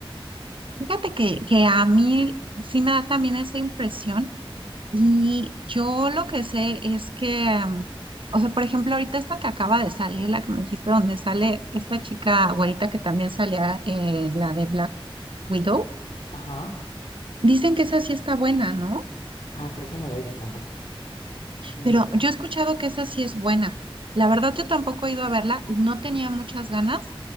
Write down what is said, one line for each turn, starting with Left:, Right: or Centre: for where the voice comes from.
Right: Fíjate que, que a mí sí me da también esa impresión Y yo lo que sé es que, mm, o sea, por ejemplo, ahorita esta que acaba de salir, la que me dijiste donde sale esta chica güerita que también salía en la de Black Widow,
Left: Ajá.
Right: dicen que esa sí está buena, ¿no?
Left: Ah, pero esa no la he visto tampoco. Esa no
Right: Pero
Left: la-
Right: yo he escuchado que esa sí es buena. La verdad, yo tampoco he ido a verla, no tenía muchas ganas,